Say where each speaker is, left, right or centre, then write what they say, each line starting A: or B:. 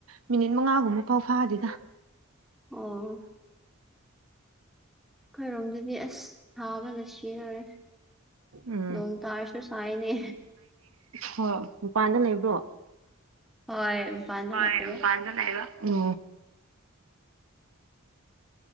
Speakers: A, on the right; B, in the centre.
A: ꯃꯤꯅꯤꯠ ꯃꯉꯥꯒꯨꯝꯕ ꯄꯥꯎ ꯐꯥꯗꯦꯗ
B: ꯑꯣ ꯈꯣꯏꯔꯣꯝꯗꯨꯗꯤ ꯑꯁ ꯊꯥꯕ ꯅ ꯁꯤꯖꯤꯟꯅꯔꯦ
A: ꯎꯝ
B: ꯅꯣꯡ ꯇꯥꯔꯁꯨ ꯁꯥꯏꯅꯦ
A: ꯍꯣꯏ ꯃꯄꯥꯟꯗ ꯂꯩꯕ꯭ꯔꯣ
B: ꯍꯣꯏ ꯃꯄꯥꯟꯗ
A: ꯍꯣꯏ
B: ꯂꯩꯕ
A: ꯃꯄꯥꯟꯗ ꯂꯩꯕꯣ ꯎ